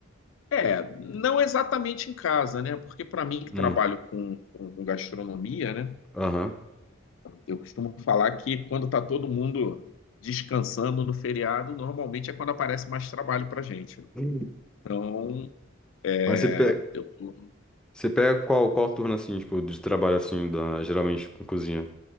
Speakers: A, on the left (about 75°); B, in the centre.
A: é, não exatamente em casa, né? Porque para mim que
B: Hum,
A: trabalho com, com- com gastronomia, né?
B: aham. <laughs>
A: Eu costumo falar que quando tá todo mundo descansando no feriado, normalmente é quando aparece mais trabalho pra gente. né?
B: Hum.
A: Então,
B: Mas
A: é,
B: você pega,
A: eu tô...
B: você pega qual, qual turno, assim, tipo, de trabalho, assim, da, geralmente com cozinha?